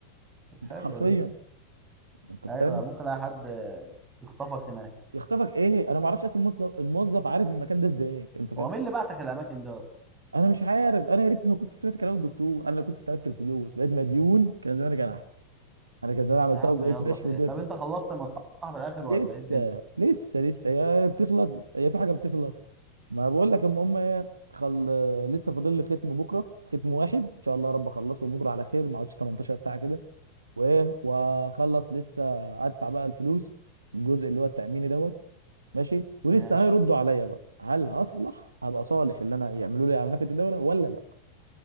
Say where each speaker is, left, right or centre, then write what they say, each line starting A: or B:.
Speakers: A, on the right; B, on the right.
A: طب
B: انت
A: حلوه
B: حرفيا
A: دي
B: انت
A: ايوه
B: فاهم
A: ممكن اي حد يخطفك هناك
B: يخطفك ايه انا ما اعرفش اصلا الموظف الموظف عارف المكان ده ازاي انت فاهم
A: هو مين اللي بعتك الاماكن دي اصلا
B: انا مش عارف انا يا ريتني ما كنت سمعت كلام الدكتور انا لو كنت استلفت الفلوس بقيت مديون كان زماني كان احسن انا كان زماني عملتها
A: يا عم
B: وبقيت
A: يلا
B: ماشي
A: خير
B: في الدنيا
A: طب انت خلصت المصلحه في الاخر
B: لسه
A: ولا ايه الدنيا
B: لسه لسه هي بتخلص هي في حاجه بتخلص ما بقول لك المهم ايه خل لسه فاضل لي ختم بكره ختم واحد ان شاء الله يا رب اخلصه بكره على خير ما اقعدش 18 ساعه كده وايه واخلص لسه ادفع بقى الفلوس الجزء اللي هو التاميني دوت ماشي ولسه
A: ماشي
B: هيردوا عليا بقى هل هصلح هبقى صالح اللي انا يعملوا لي على نفقه الدوله ولا لا